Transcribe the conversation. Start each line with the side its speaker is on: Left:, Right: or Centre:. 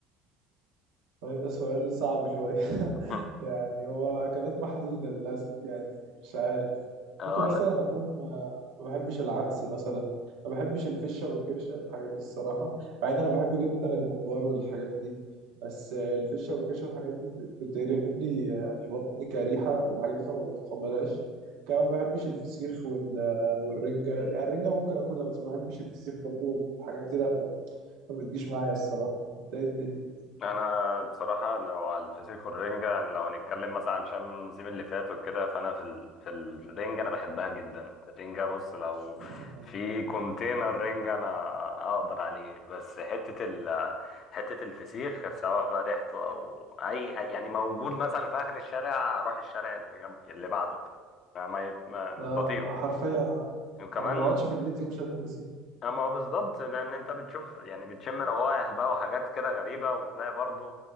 Right: طيب ده سؤال صعب شويه <laughs>
Left: <laughs>
Right: يعني هو اكلات محدوده للاسف يعني مش عارف
Left: انا
Right: ممكن مثلا اكون ما ما بحبش العدس مثلا ما بحبش الفشه والكرشه الحاجات دي الصراحه مع ان انا بحب جدا الممبار والحاجات دي بس آه، الفشه والكرشه والحاجات دي ب- بتقلب لي آه، يعني بطني كريحه والحاجات دي فما بتقبلهاش كمان ما بحبش الفسيخ وال- آه، والرنجه يعني الرنجه ممكن اكلها بس ما بحبش الفسيخ برضو الحاجات دي لما ما بتجيش معايا الصراحه انت ايه الدنيا
Left: انا بصراحه لو على الفسيخ والرنجه يعني لو هنتكلم مثلا عن شم النسيم اللي فات وكده فانا في ال... في الرنجه انا بحبها جدا الرنجه بص لو
Right: <laughs>
Left: في كونتينر رنجه انا اقدر عليه بس حته ال... حته الفسيخ سواء بقى ريحته او اي أي- يعني موجود مثلا في اخر الشارع اروح الشارع اللي جنب اللي بعده ما ما, ما... مش
Right: اه
Left: بطيئه
Right: آه، حرفيا انا
Left: وكمان
Right: انا ما بقعدش في البيت يوم شم النسيم
Left: اما هو بالظبط لان انت بتشوف يعني بتشم روائح بقى وحاجات كده غريبه وتلاقي برضو